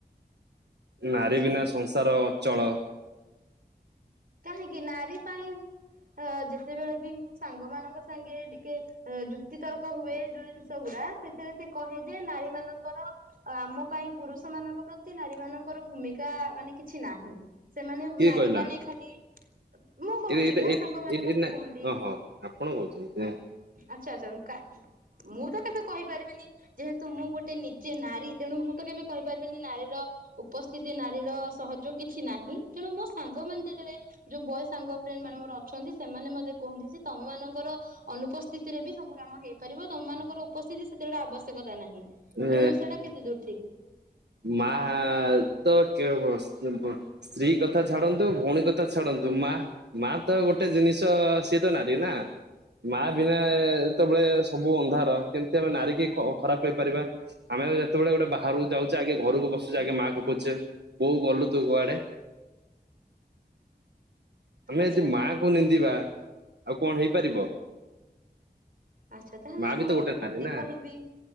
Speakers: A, on the right (about 85°); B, on the right (about 60°).
A: ନାରୀ
B: ଆଚ୍ଛା।
A: ବିନା ସଂସାର ଅଚଳ।
B: କାହିଁକି ନାରୀ ପାଇଁ ଯେତେବେଳେ ବି ମୁଁ ସାଙ୍ଗ ମାନଙ୍କ ସାଙ୍ଗେ ଟିକେ ଯୁକ୍ତି ତର୍କ ହୁଏ ଯୋଉ ଜିନିଷ ଗୁଡ଼ା ସେଥିରେ ସେ କହେ ଯେ ନାରୀ ମାନଙ୍କର ଆମ ପାଇଁ ପୁରୁଷ ମାନଙ୍କ ପ୍ରତି ନାରୀ ମାନଙ୍କର ଭୂମିକା ମାନେ କିଛି ନାହିଁ। ସେମାନେ
A: କିଏ
B: ନାରୀ
A: କହିଲା?
B: ମାନେ- ଖାଲି ମୁଁ କହୁଛି
A: ଏ ଏଇଟା
B: ମୋ
A: ଏ
B: ସାଙ୍ଗ ମାନେ ମତେ
A: ଏ ନା
B: କୁହନ୍ତି
A: ଓହୋ ଆପଣ କହୁଛନ୍ତି।
B: ଆଚ୍ଛା ଆଚ୍ଛା ମୁଁ ତ କେବେ କହିପାରିବିନି ଯେହେତୁ ମୁଁ ଗୋଟେ ନିଜେ ନାରୀ ତେଣୁ ମୁଁ ତ କେବେ କହିପାରିବିନି ନାରୀର ଉପସ୍ଥିତି ନାରୀର ସହଯୋଗ କିଛି ନାହିଁ ତେଣୁ ମୋ ସାଙ୍ଗମାନେ ଯେ ଯେତେଳେ ଯୋଉ ବୟେ ସାଙ୍ଗ ଫ୍ରେଣ୍ଡ୍ ମାନେ ମୋର ଅଛନ୍ତି ସେମାନେ ମତେ କୁହନ୍ତି ଯେ ତମ ମାନଙ୍କର ଅନୁପସ୍ଥିତିରେ ବି ସବୁ କାମ ହେଇପାରିବ ତମ ମାନଙ୍କର ଉପସ୍ଥିତି ସେତେବେଳେ ଆବଶ୍ୟକତା ନାହିଁ।
A: ଏ
B: ତେଣୁ ସେଇଟା କେତେ ଦୂର ଠିକ
A: ମା ତ କେ ସ୍ତ୍ରୀ କଥା। ସ୍ତ୍ରୀ କଥା ଛାଡନ୍ତୁ ଭଉଣୀ କଥା ଛାଡ଼ନ୍ତୁ ମା ମା ତ ଗୋଟେ ଜିନିଷ ସିଏ ତ ନାରୀ ନା ମା ବିନା ଯେତେବେଳେ ସବୁ ଅନ୍ଧାର କେମତି ଆମେ ନାରୀ କି ଖରାପ୍ କହିପାରିବା ଆମେ ଯେତେବେଳେ ଗୋଟେ ବାହାରକୁ ଯାଉଛେ ଆଗେ ଘରକୁ ପସୁଛେ ଆଗେ ମା କୁ ଖୋଜୁଛେ ବୋଉ ଗଲୁ ତୁ କୁଆଡ଼େ - ଆମେ
B: ଆଚ୍ଛା।
A: ଯଦି ମା କୁ ନିନ୍ଦିବା ଆଉ କଣ ହେଇପାରିବ।
B: ଆଚ୍ଛା ତାହେଲେ
A: ମା ବି
B: ମୁଁ
A: ତ
B: ଯେମିତି
A: ଗୋଟେ ନାରୀ ନା
B: କହିବି